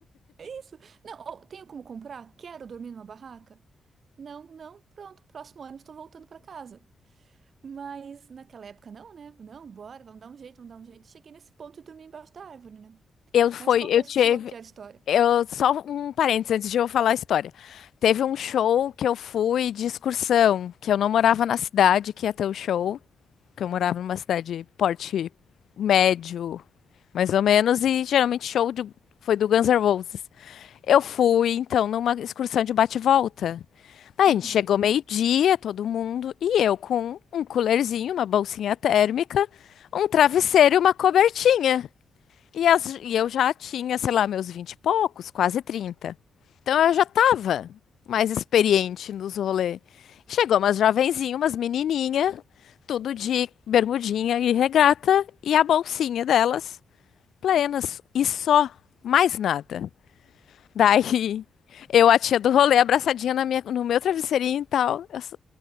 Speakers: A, on the right (about 50°); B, on the left (about 70°).
A: isso. Não, ou tenho como comprar? Quero dormir numa barraca? Não, não, pronto, próximo ônibus estou voltando para casa. Mas naquela época, não, né? Não, bora, vamos dar um jeito, vamos dar um jeito. Cheguei nesse ponto e dormi embaixo da árvore, né?
B: Eu foi,
A: Mas qual
B: eu
A: que é a
B: tive,
A: sua pior história?
B: eu só um parênteses antes de eu falar a história. Teve um show que eu fui de excursão, que eu não morava na cidade que ia ter o show, que eu morava numa cidade porte médio, mais ou menos, e geralmente show de- foi do Guns N' Roses. Eu fui, então, numa excursão de bate-volta. Aí
A: Uhum.
B: a gente chegou meio-dia, todo mundo, e eu com um coolerzinho, uma bolsinha térmica, um travesseiro e uma cobertinha. E, as- e eu já tinha, sei lá, meus vinte e poucos, quase 30. Então eu já tava mais experiente nos rolês. Chegou umas jovenzinhas, umas menininha, tudo de bermudinha e regata, e a bolsinha delas, plenas, e só, mais nada. Daí, eu, a tia do rolê, abraçadinha na minha, no meu travesseirinho e tal. eu só-